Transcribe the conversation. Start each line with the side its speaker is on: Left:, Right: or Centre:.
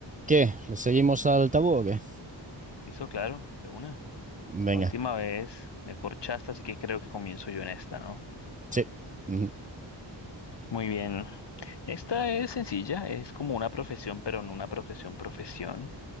Right: ¿Qué? ¿Lo seguimos al tabú o qué?
Left: Listo, claro, de una.
Right: Venga,
Left: La última vez me corchaste, así que creo que comienzo yo en esta, ¿no?
Right: sí. Ujú.
Left: Muy bien. Esta es sencilla, es como una profesión, pero no una profesión profesión.